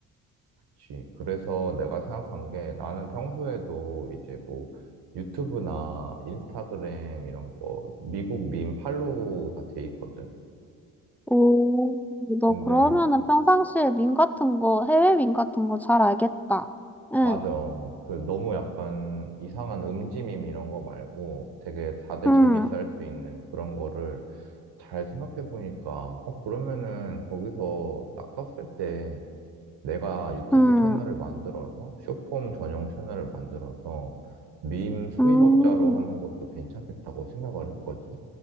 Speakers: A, on the right; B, in the centre.
A: 그치. 그래서 내가 생각한 게 나는 평소에도 이제 뭐 유튜브나 인스타그램 이런 거 미국 밈 팔로우가 돼 있거든.
B: 오, 너
A: 근데
B: 그러면은 평상시에 밈 같은 거, 해외 밈 같은 거 잘 알겠다. 응,
A: 맞아. 그 너무 약간 이상한 음지밈 이런 거 말고 되게 다들
B: 응,
A: 재밌어 할 수 있는 그런 거를 잘 생각해 보니까 어 그러면은 거기서 딱 떴을 때 내가 유튜브
B: 응,
A: 채널을 만들어서 쇼폼 전용 채널을 만들어서 밈 수입업자로
B: 음.
A: 하는 것도 괜찮겠다고 생각을 했거든.